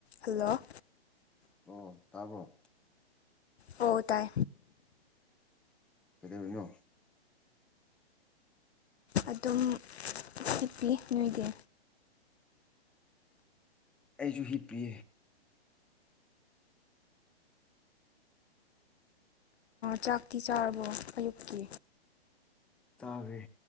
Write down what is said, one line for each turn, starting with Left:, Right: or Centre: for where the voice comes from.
Left: Hello
Centre: ꯑꯣ ꯇꯥꯕꯣ <inaudible> <unintelligible>
Left: ꯑꯣ ꯇꯥꯏ
Centre: ꯀꯩꯗꯧꯔꯤꯅꯣ
Left: ꯑꯗꯨꯝ ꯍꯤꯞꯄꯤ ꯅꯣꯏꯗꯤ
Centre: ꯑꯩꯖꯨ ꯍꯤꯞꯄꯤ
Left: ꯆꯥꯛꯇꯤ ꯆꯥꯔꯕꯣ ꯑꯌꯨꯛꯀꯤ
Centre: ꯆꯥꯒ꯭ꯔꯦ